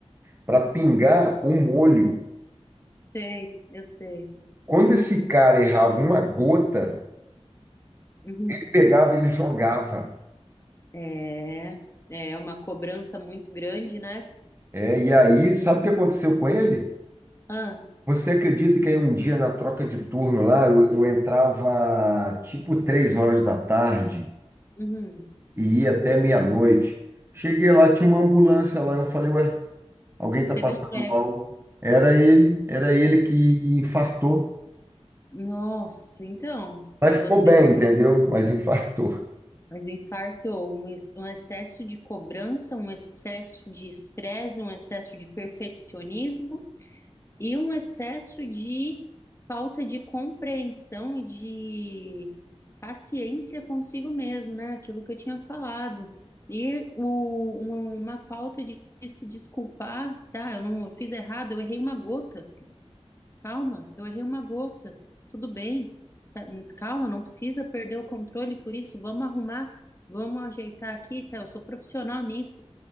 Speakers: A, on the right; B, on the left.
A: para pingar o molho.
B: sei, eu sei.
A: Quando esse cara errava uma gota,
B: Uhum.
A: ele pegava, ele jogava.
B: É, é uma cobrança muito grande, né?
A: É, e aí, sabe o que aconteceu com ele?
B: Ah,
A: Você acredita que aí um dia na troca de turno lá, eu, eu entrava tipo três horas da tarde
B: uhum.
A: e ia até meia-noite. Cheguei lá, tinha uma ambulância lá, eu falei, ué, alguém tá
B: Teve
A: passando
B: um treco.
A: mal. Era ele, era ele que infartou.
B: Nossa, então, para
A: Mas
B: você,
A: ficou bem,
B: ver,
A: entendeu? Mas infartou.
B: mas infartou um, ex- um excesso de cobrança, um excesso de estresse, um excesso de perfeccionismo. e um excesso de falta de compreensão e de paciência consigo mesmo, né? Aquilo que eu tinha falado. E o- uma, uma falta de, de se desculpar, tá? Eu não, eu fiz errado, eu errei uma gota. Calma, eu errei uma gota. Tudo bem. Tá, calma, não precisa perder o controle por isso. Vamos arrumar, vamos ajeitar aqui, tá? Eu sou profissional nisso.